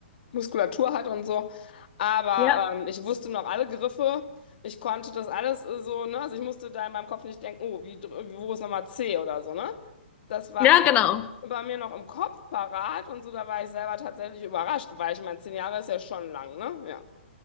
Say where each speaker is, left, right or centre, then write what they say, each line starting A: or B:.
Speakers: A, on the left; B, on the left.
A: Muskulatur hat und so. Aber
B: Ja,
A: ähm, ich wusste noch alle Griffe. Ich konnte das alles äh, so, ne? Also ich musste da in meinem Kopf nicht denken, oh, wie, dr- wo ist nochmal C oder so, ne? Das war
B: ja,
A: alles
B: genau.
A: bei mir noch im Kopf parat und so, da war ich selber tatsächlich überrascht, weil ich meine, zehn Jahre ist ja schon lang, ne? Ja.